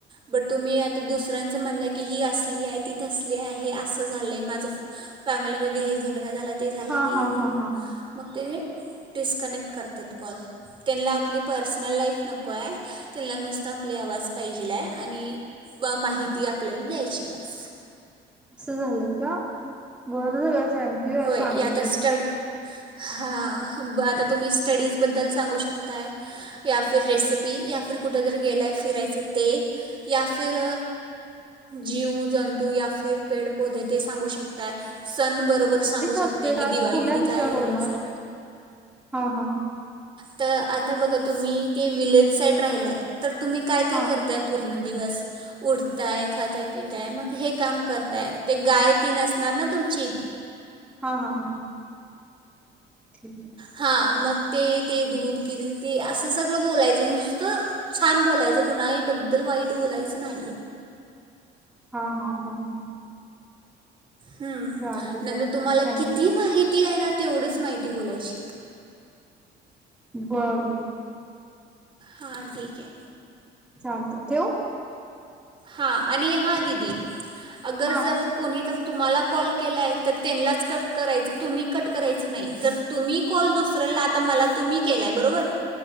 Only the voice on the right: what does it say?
बट तुम्ही आता दुसऱ्याचं म्हणले कि ही असली आहे ती तसली आहे हे असं झाले आहे, माझं फॅमिली मध्ये हे झगडा झालाय ते झालंय
ते
झालं
मग ते डिस्कॅनेट करत्यात कॉल त्याना आपली पर्स नल लाईफ नको आहे त्यांना नुसतं आपली आवाज पाहिजेला आहे आणि माहिती आपल्याला द्यायची बस
होय
या आता स्टडी हां ब आता तुम्ही स्टडीजबद्दल सांगू शकताय, या फिर रेसिपी या, फिर कुठेतरी गेलाय फिरायचं, ते या फिर जीव जंतू या, फिर पेड पोधे ते सांगू शकताय. सन बरोबर, शकताय,
की
दिवाळीमध्ये
काय आहे
हे सण.
तर आता बघा तुम्ही ते विलेज साईड राहिलाय. तर तुम्ही काय काय
करताय पूर्ण दिवस उठताय, खाताय, पिताय, मग हे काम करताय ते गाय तेन असणार ना तुमची?
हा मग ते ते दूध किती देते असं सगळं बोलायचं, नुसतं छान बोलायचं कुणाही बद्दल वाईट बोलायचं नाहीय.
हम्म
नंतर तुम्हाला
किती माहि ती आहे ना तेवढीच माहिती बोलायची.
हां ठीक आहे..
हा, आणि हा दिदि, अगर
जर कोणी तर, तुम्हाला कॉल केलाय तर त्यांनाच कट करायचं तुम्ही कट करायच नाही, जर तुम्ही कॉल दुसऱ्याला आता मला तुम्ही केलाय बरोबर